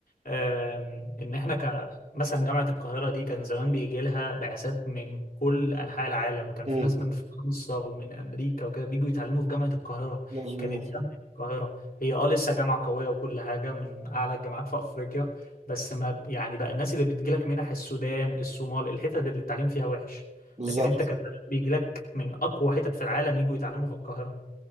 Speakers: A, on the left; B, on the right.
A: آم، ان احنا ك مثلا جامعه القاهره دي كان زمان بيجي لها بعثات من كل انحاء العالم كان
B: امم
A: في ناس من فرنسا ومن امريكا وكده بيجوا يتعلموا في جامعه القاهره
B: مظبوط
A: كانت جامعه القاهره هي اه لسه جامعه قويه وكل حاجه من اعلى الجامعات في افريقيا بس ما يعني بقى الناس اللي بتجيلك منح السودان الصومال الحتت اللي التعليم فيها وحش
B: بالظبط
A: لكن انت كان بيجيلك من اقوى حتت في العالم يجوا يتعلموا في القاهره